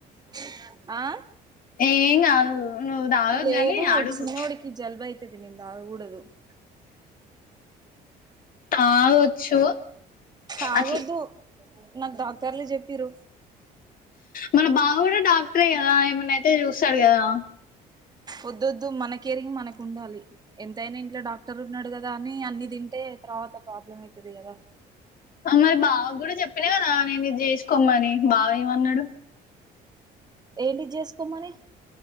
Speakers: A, on the right; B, on the left.
A: స ఆ
B: ఏం కాదు నువ్వు తాగకు
A: లేదు
B: గాని అడుగు
A: చిన్నవాడికి జలుబు అయితది నేను తాగకూడదు <unintelligible>
B: తాగోచ్చు
A: తాగొద్దు
B: అ
A: నాకు డాక్టర్లు చెప్పిరు
B: మన బావా కూడా డాక్టరే కదా ఏమన్నాయితే చూశాడు కదా
A: ఒద్దొద్దు మనకేరిగి మనకి ఉండాలి ఎంతైనా ఇంట్లో డాక్టర్ ఉన్నాడు కదా అని అన్ని తింటే తర్వాత ప్రాబ్లమ్ అయితది కదా
B: మరి బావకు కూడా చెప్పినా కదా నేను ఇది చేసుకోమని బావ ఏమన్నాడు
A: ఏంటి చేసుకోమని